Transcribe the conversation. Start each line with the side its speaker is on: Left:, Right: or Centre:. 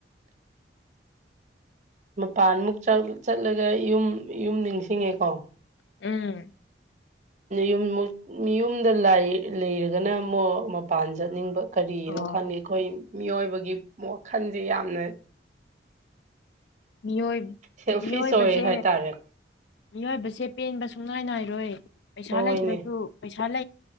Right: ꯃꯄꯥꯟꯃꯨꯛ ꯆꯠꯂꯒ ꯌꯨꯝ ꯌꯨꯝ ꯅꯤꯡꯁꯤꯡꯉꯦꯀꯣ
Left: ꯎꯝ
Right: ꯌꯨꯝ ꯌꯨꯝꯗ ꯂꯩꯔꯒꯅ ꯑꯃꯨꯛ ꯃꯄꯥꯟ ꯆꯠꯅꯤꯡꯕ ꯀꯔꯤꯅꯣ
Left: ꯑꯣ
Right: ꯈꯪꯗꯦ ꯑꯩꯈꯣꯏ ꯃꯤꯑꯣꯏꯕꯒꯤ ꯋꯥꯈꯜꯁꯦ ꯌꯥꯝꯅ
Left: ꯃꯤꯑꯣꯏ
Right: ꯁꯦꯜꯐꯤꯁ
Left: ꯃꯤꯑꯣꯏꯕꯖꯦ
Right: ꯑꯣꯏ ꯍꯥꯏꯇꯥꯔꯦ
Left: ꯃꯤꯑꯣꯏꯕꯁꯦ ꯄꯦꯟꯕ ꯁꯨꯡꯉꯥꯏ ꯅꯥꯏꯔꯣꯏ ꯄꯩꯁꯥ
Right: ꯍꯣꯏꯅꯦ
Left: ꯂꯩꯇ꯭ꯔꯁꯨ ꯄꯩꯁꯥ